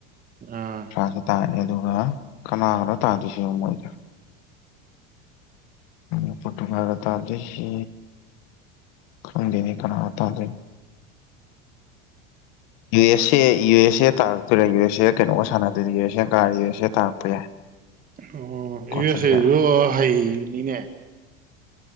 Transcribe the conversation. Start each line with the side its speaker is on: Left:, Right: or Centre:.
Right: ꯑꯥ
Left: ꯄꯥꯁꯦ ꯇꯥꯅꯤ ꯑꯗꯨꯒ ꯀꯅꯥꯒꯅꯣ ꯇꯥꯗꯣꯏ ꯁꯤ ꯑꯣꯏꯗꯔꯦ ꯎ ꯄꯨꯇ ꯉꯔ ꯇꯥꯗꯁꯤ ꯈꯪꯗꯅꯤ ꯀ ꯇꯗ U S A U S A ꯇꯥꯔꯛꯇꯣꯏꯔ ꯌꯨ ꯑꯦꯁ ꯑꯦ ꯀꯩꯅꯣꯒ ꯁꯥꯟꯅꯗꯣꯏꯗꯤ ꯌꯨ ꯑꯦꯁ ꯑꯦ ꯀꯥ ꯌꯨ ꯑꯦꯁ ꯑꯦ ꯇꯥꯔꯛꯄ ꯌꯥꯏ
Right: ꯑꯣ
Left: ꯀ꯭ꯋꯥꯇꯔꯗ
Right: ꯏꯁꯦꯁꯨꯣ ꯍꯩꯅꯤꯅꯦ